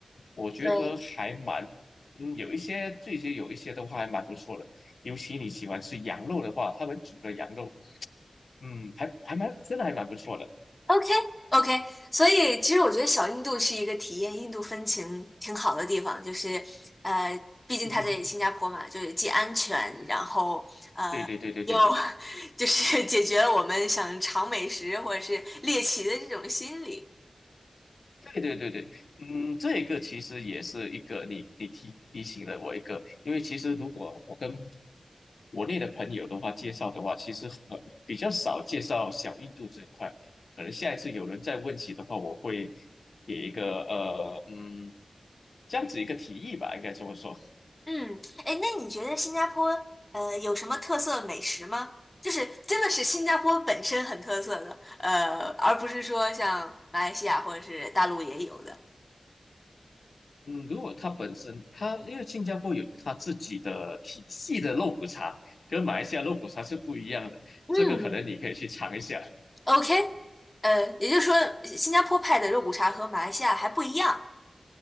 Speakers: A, on the left; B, on the left.
A: 我觉得还蛮，
B: 对，
A: 嗯，有一些这些有一些的话还蛮不错的，尤其你喜欢吃羊肉的话，他们煮的羊肉，嗯，还还蛮真的还蛮不错的。
B: OK OK，所以其实我觉得小印度是一个体验印度风情挺好的地方，就是呃，毕竟它在新加坡嘛，
A: <laughs>
B: 就是既安全，然后呃又
A: 对对对对对对。
B: <laughs> 就是解决了我们想尝美食或者是猎奇的这种心理。
A: 对对对对，嗯，这个其实也是一个你你提提醒了我一个，因为其实如果我跟国内的朋友的话介绍的话，其实很比较少介绍小印度这一块，可能下一次有人再问起的话，我会给一个呃嗯这样子一个提议吧，应该这么说。
B: 嗯，哎，那你觉得新加坡呃有什么特色美食吗？就是真的是新加坡本身很特色的，呃，而不是说像马来西亚或者是大陆也有的。
A: 嗯，如果它本身它因为新加坡有它自己的体系的肉骨茶，跟马来西亚肉骨茶是不一样的，
B: 嗯
A: 这个可能你可以去尝一下。
B: OK，呃，也就是说，新加坡派的肉骨茶和马来西亚还不一样。